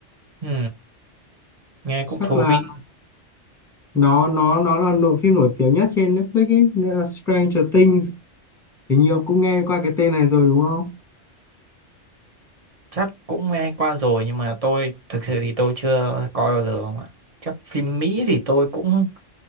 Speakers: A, on the right; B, in the centre.
A: ừ nghe cũng
B: chắc
A: thú
B: là
A: vị
B: nó nó nó là nội phim nổi tiếng nhất trên Netflix ấy nên là Stranger Things hình như ông cũng nghe qua cái tên này rồi đúng không?
A: chắc cũng nghe qua rồi nhưng mà tôi thực sự thì tôi chưa coi bao giờ không ạ chắc phim Mỹ thì tôi cũng